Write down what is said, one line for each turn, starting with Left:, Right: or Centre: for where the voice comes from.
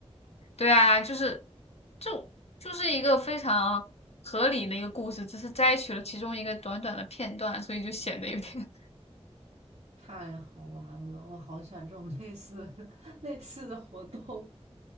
Left: 对啊，就是就就是一个非常合理的一个故事，只是摘取了其中一个短短的片段，所以就显得有点
Right: 太好玩了，我好喜欢这种类似 <laughs> 类似的活动。<laughs>